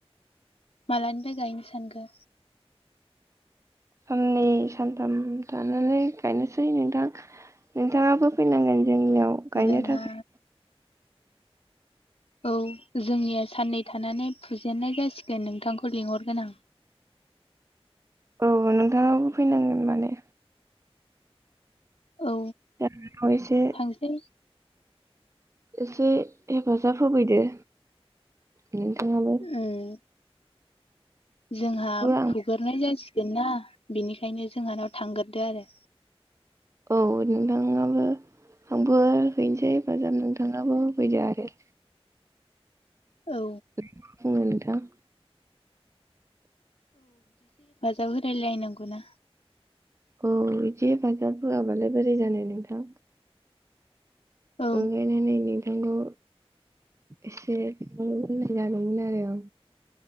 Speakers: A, on the left (about 75°); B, on the right (about 30°).
A: मालानिफ्राय गायनो सानखो?
B: साननै सानथाम थानानै गायनोसै नोंथां नोंथाङाबो फैनांगोन। जोंनियाव गायनो
A: जोंहा
B: थाखाय
A: औ जोंनिया साननै थानानै फुजेनन्नाय जासिगोन नोंथांखौ लिंहरगोन आं।
B: औ नोंथाङाबो फैनांगोन माने
A: औ
B: <unintelligible> इसे
A: थांसै
B: एसे हेफाजाब होफैदो। नोंथाङा बो।
A: उम जोंहा
B: आं
A: फुगोरनाय जासि गोनना बिनिखायनो जोंहानाव थांगोरदो आरो।
B: औ नोंथाङाबो आंबो हैनोसै हेफाजाब नोंथाङाबो होफैदो आरो। <unintelligible>
A: औ
B: मा बुङो नोंथां।
A: <unintelligible> रायलाय नांगौना।
B: औ बिदि हेफाजाब होआबालाय बोरै जानो नोंथां।
A: औ
B: ओंखायनो नोंनि नांगौ एसे <unintelligible> मोजां जागौमोन आरो।